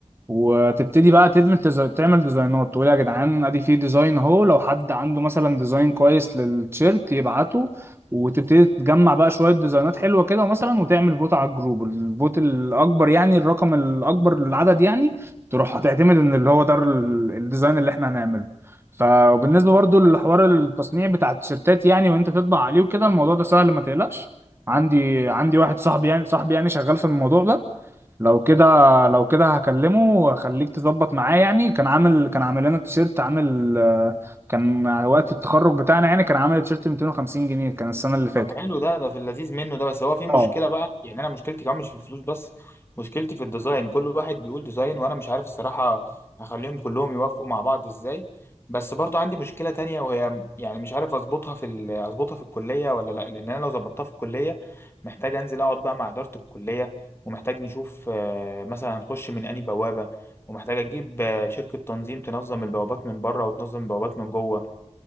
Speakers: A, on the right; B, on the left.
A: وتبتدي بقى تعمل ديزاين تعمل ديزاينات تقول يا جدعان ادي في ديزاين اهو لو حد عنده مثلا ديزاين كويس للتيشيرت يبعته وتبتدي تجمع بقى شوية ديزاينات حلوة كده مثلا وتعمل فوت على الجروب الفوت الأكبر يعني الرقم الأكبر للعدد يعني تروح هتعتمد إن اللي هو ده ال- الديزاين اللي احنا هنعمله فبالنسبة برضو لحوار التصنيع بتاع التيشيرتات يعني وانت تطبع عليه وكده الموضوع ده سهل ما تقلقش عندي عندي واحد صاحبي يعني صاحبي يعني شغال في الموضوع ده لو كده لو كده هكلمه وخليك تظبط معاه يعني كان عامل كان عامل لنا تيشيرت عامل آه، كان وقت التخرج بتاعنا يعني كان عامل تيشيرت 250 جنيه كان السنة اللي فاتت
B: طب حلو ده ده في اللذيذ منه ده بس هو في مشكلة
A: اه
B: بقى يعني أنا مشكلتي كمان مش في الفلوس بس مشكلتي في الديزاين كل واحد بيقول ديزاين وأنا مش عارف الصراحة هخليهم كلهم يوافقوا مع بعض إزاي بس برضو عندي مشكلة تانية وهي يعني مش عارف أظبطها في ال- أظبطها في الكلية ولا لأ لأن أنا لو ظبطتها في الكلية محتاج أنزل أقعد بقى مع إدارة الكلية ومحتاج نشوف آه، مثلا هنخش من أنهي بوابة ومحتاج أجيب آه، شركة تنظيم تنظم البوابات من بره وتنظم البوابات من جوه